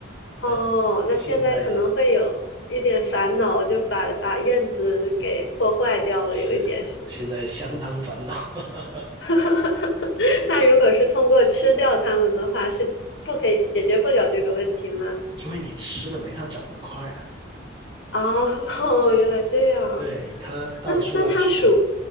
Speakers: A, on the left; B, on the right.
A: 哦，
B: 但
A: 那现在可能会有一点烦恼，
B: 现在
A: 就把把院子给破坏掉了，
B: 是
A: 有一点是吗？
B: 现在相当烦恼，<laughs>
A: <laughs> 那如果是通过吃掉它们的话，是不可以解决不了这个问题吗？
B: 因为你吃的没它长得快啊。
A: 哦，<laughs> 哦原来这样。
B: 对，它到处乱窜。
A: 那那它属，